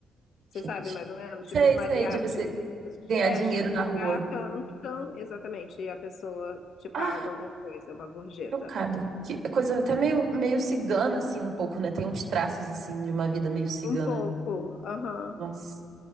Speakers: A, on the left; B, on the right.
A: você
B: Gente.
A: sabe mais ou menos?
B: Sei,
A: Tipo os mariachis.
B: sei, de você ganhar
A: É,
B: dinheiro
A: chega
B: na
A: no
B: rua.
A: lugar, cantam, exatamente, e a pessoa te paga
B: Ah,
A: alguma coisa, uma gorjeta.
B: chocada. Que coisa até meio, meio cigana, assim, um pouco, né? Tem uns traços, assim, de uma vida meio cigana.
A: Um pouco, aham.
B: Nossa.